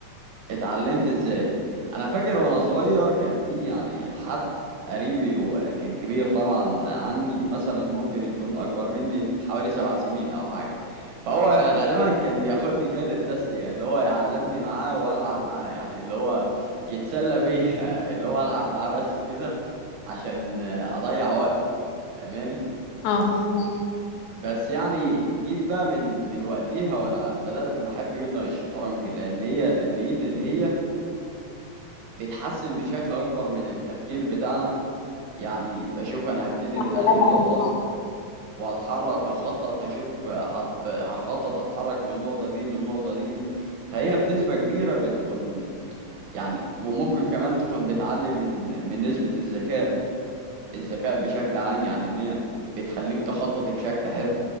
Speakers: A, on the right; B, on the left.
A: اتعلمت ازاي انا فاكر وانا صغير كان في يعني حد قريبي وكان كبير طبعا عني مثلا ممكن يكون اكبر مني بحوالي سبع سنين او حاجه فهو غالبا كان بياخدني كده للتسليه اللي هو يعلمني معاه والعب معاه يعني اللي هو يتسلى بيا <laughs> اللي هو العب معاه بس كده عشان اضيع وقته فاهماني
B: اه فاهمك
A: بس يعني جيت بقى من من وقتها وانا بدات ان احب جدا الشطرنج لان هي لقيت ان هي بتحسن بشكل أكبر من التفكير بتاعنا يعني بشوف أنا هبتدي
B: لا،
A: من أنهي
B: لا،
A: نقطة
B: بعد ما-
A: وهتحرك هخطط هشوف هت... هخطط أتحرك من النقطة دي للنقطة دي دي فهي بنسبة كبيرة بتكون يعني وممكن كمان تكون بتعلي من من نسبة الذكاء الذكاء بشكل عام يعني إن هي بتخليك تخطط بشكل حلو